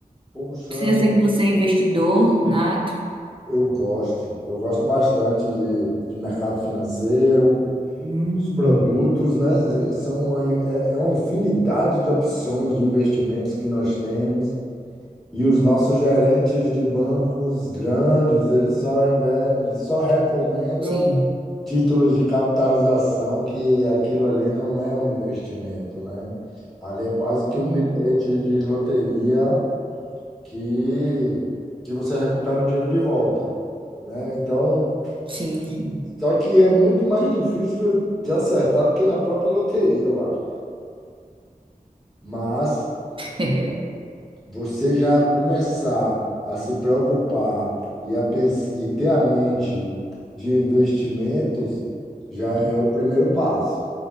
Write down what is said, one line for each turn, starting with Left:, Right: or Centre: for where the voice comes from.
Centre: Puxa,
Right: Se Eu sei que você é investidor nato.
Centre: eu gosto. Eu gosto bastante de, de mercado financeiro,
Right: Hum,
Centre: os produtos, né? São uma, é, é uma infinidade de opções de investimentos que nós temos. E os nossos gerentes de bancos grandes, eles só, inve- eles só recomendam
Right: Sim,
Centre: títulos de capitalização, que aquilo ali não é um investimento, né? Ali é quase que
Right: Hum.
Centre: um bilhete de loteria que, que você recupera o dinheiro de volta, né? Então,
Right: sim, sim.
Centre: só que é muito mais difícil de acertar do que na própria loteria, eu acho. Mas.
Right: <laughs>
Centre: você já começar a se preocupar e a pens- e ter a mente de investimentos já é
Right: É
Centre: o primeiro passo.